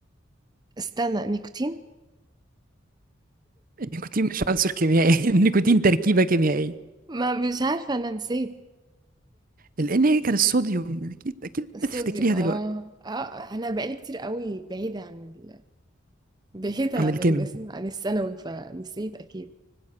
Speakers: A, on the right; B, on the right.
A: استنى نيكوتين
B: النيكوتين مش عنصر كيميائي <laughs> النيكوتين تركيبة كيميائية
A: ما مش عارفة انا نسيت
B: لأن هي كان الصوديوم أكيد أكيد
A: الصوديوم
B: هتفتكريها
A: اه
B: دلوقتي
A: اه انا بقالي كتير قوي بعيدة عن ال... بعيدة
B: عن
A: عن
B: الكيمياء
A: ال... عن الثانوي فنسيت اكيد